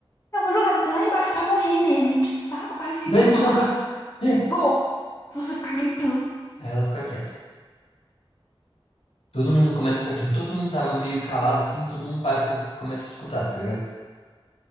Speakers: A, on the left; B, on the left.
A: Eu vou jogar você lá embaixo pra morrer mesmo. Que saco, para de
B: você
A: gritar.
B: vai me jogar. É.
A: Vou, se você ficar gritando.
B: Aí ela fica quieta. Todo mundo começa a ficar, tipo, todo mundo tava meio calado, assim, todo mundo para pra, começa a escutar, tá ligado?